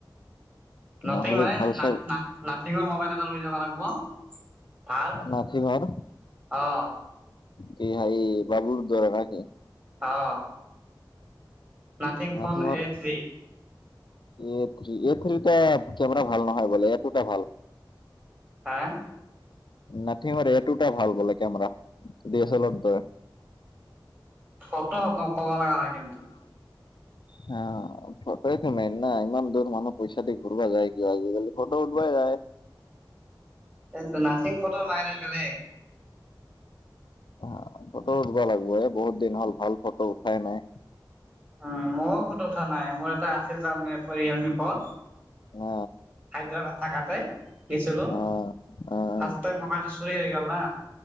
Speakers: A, on the right; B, on the left.
A: নাথিং
B: নহ'লে
A: মানে
B: ভাল চাই
A: না নাথিঙৰ কবাই এ লৈ যাবা লাগিব। ভাল
B: নাথিঙৰ
A: অ।
B: কি ভাই বাবুৰ দ্বাৰ নাকি?
A: অ নাথিং
B: নাথিঙৰ
A: ফোন A three
B: A three A থ্ৰীটা কমেৰা ভাল নহয় বলে এ টুটা ভাল।
A: হা
B: নাথিংত এইটোকে ভাল বোলে কেমৰা। দিয়ে চেলাৰৰ দৰে।
A: ফটো আকক। কবা লাগা নাই কিন্তু।
B: হা ফটোই টো মেন না ইমান দূৰ মানুহ পইচা ঘূৰবা যায় কিয় আজিকালি। ফটো উঠবাই যায়।
A: এইটো নাচিং ফটো নাইৰে বেলেগ।
B: হা, ফটো উঠবা লাগব এ, বহুত দিন হ'ল ভাল ফটো উঠাই নাই।
A: উম মইয়ো। ফটো উঠা নাই মোৰ এটা আছিল তাৰমানে <unintelligible> ফল
B: আ
A: হায়দৰাবাদ থাকাতে গেছিলো
B: অ', অ',
A: ফাৰ্ষ্টে টাইম মোবাইলটো চু চুৰে হৈ গল না।